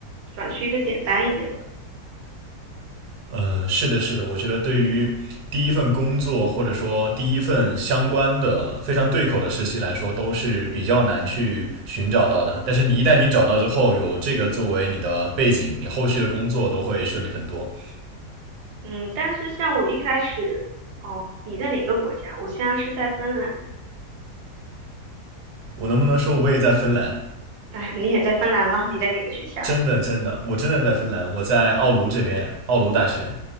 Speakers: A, on the right; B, on the right.
A: 转去一个简单一点的。
B: 呃，是的，是的，我觉得对于第一份工作或者说第一份相关的非常对口的实习来说，都是比较难去寻找到的。但是你一旦你找到之后，有这个作为你的背景，你后续的工作都会顺利很多。
A: 嗯，但是像我一开始，哦，你在哪个国家？我现在是在芬兰，
B: 我能不能说我也在芬兰？
A: <laughs> 哎，你也在芬兰吗？你在哪个学校呀？
B: 真的，真的，我真的在芬兰，我在奥卢这边，奥卢大学。